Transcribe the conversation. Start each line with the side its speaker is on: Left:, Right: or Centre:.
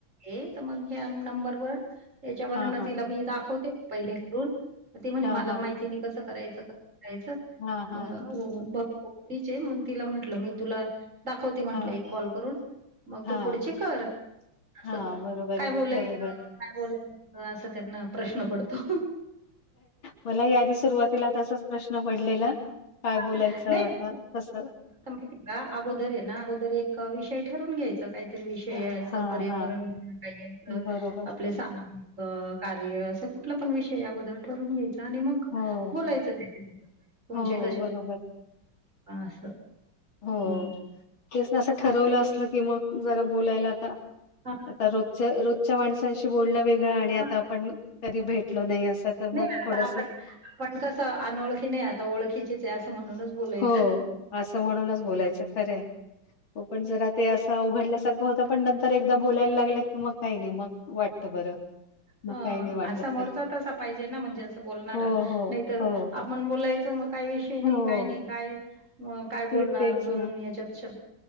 Right: हे तर मग ह्या नंबर वर त्याच्या वर्णतीला
Left: हां, हां.
Right: मी दाखवते... पहिले करून ते म्हणे
Left: हां,
Right: मला
Left: हां.
Right: माहिती नाही कसं करायचं करायचं
Left: हां,
Right: मग....
Left: हां.
Right: होचे म तिला म्हटलं मी तुला.... दाखवती म्हटले
Left: हां,
Right: एक कॉल करून मग
Left: हां.
Right: तू पुढची कर.... असं
Left: हां, बरोबर
Right: काय
Left: आहे.
Right: बोलायचं
Left: बरोबर.
Right: काय बोलायच असं त्यांना प्रश्न पडतो
Left: मला या आधी सुरुवातीला तसाच प्रश्न पडलेला? काय
Right: हां.
Left: बोलायचं
Right: नाही
Left: आता कसं....
Right: माहिती आहे का अगोदर आहे ना अगोदर एक विषय ठरून घ्यायचं काही... विषयाच
Left: अ, हां,
Right: पर्यावरण
Left: हां.
Right: म्ह
Left: बरोबर.
Right: आपल्या.. सामाज कार्य असं कुठला पण विषय याबद्दल ठरून घ्यायच आणि मग...
Left: हो,
Right: बोलायच्या तुमच्या...
Left: हो. बरोबर.
Right: पास
Left: हो.
Right: हम....
Left: तेच असं ठरवलं असलं की मग जरा बोलायला आता...
Right: हां,
Left: आता रोजच्या रोजच्या माणसांशी बोलण वेगळं आणि
Right: हां.
Left: आता आपण.... कधी भेटल नाही असं तर
Right: नाही
Left: मग
Right: आता
Left: थोडस...
Right: आपण आपण कसं अनोळखी नाही आता ओळखीचीच आहे असं म्हणूनच बोलायचं...
Left: हो, असं म्हणूनच बोलायचं खरंय हो पण जरा ते असं अवघडल्यासारखं होत... पण नंतर एकदा बोलायला लागलं की मग काही नाही मग वाटतं बरं.... मग
Right: असा
Left: काही नाही वाटत
Right: समोरचा
Left: ते.
Right: तसा पाहिजे ना म्हणजे असं बोलणार
Left: हो, हो,
Right: नाही तर....
Left: हो,
Right: मण बोलायचं मग काही विषय नाही
Left: हो.
Right: काय नाही काय.... मग काय बोलणार
Left: ते तेच
Right: दोन
Left: ना.
Right: याच्यात शब्द...